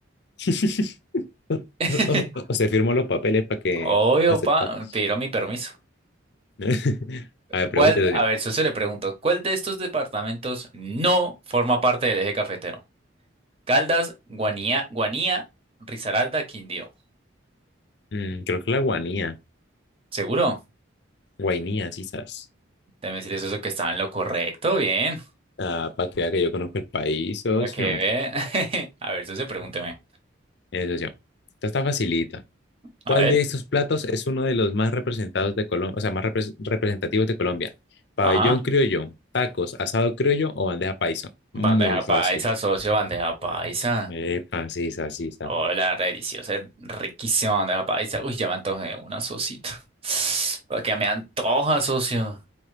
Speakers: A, on the left; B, on the right.
A: <laughs> O
B: <laughs>
A: o- o- o se firmó los papeles para que
B: Obvio,
A: para aceptar.
B: pa, pero mi permiso.
A: <laughs> A ver,
B: ¿Cuál?
A: pregúntese
B: A
A: yo.
B: ver, socio, le pregunto, ¿cuál de estos departamentos no forma parte del eje cafetero? Caldas, Guanía, Guanía, Risaralda, Quindío.
A: Mm, creo que la guanía,
B: ¿Seguro?
A: guainía, sí, sabes.
B: Debe decir eso que estaba en lo correcto, bien.
A: Ah, para que vea que yo conozco el país, socio.
B: Para que vea. <laughs> A ver, socio, pregúnteme.
A: Eh, socio, Esta está facilita.
B: A
A: ¿Cuál
B: ver.
A: de estos platos es uno de los más representados de Colombia, o sea, más repres- representativos de Colombia? Pabellón
B: Ajá.
A: criollo, tacos, asado criollo o bandeja paisa. Muy
B: Bandeja
A: fácil.
B: paisa, socio, bandeja paisa.
A: Epa, sí, sa, sí, sa.
B: Hola, la deliciosa, es riquísima bandeja paisa. Uy, ya me antojé una, socito. <laughs> Para que me antoja, socio.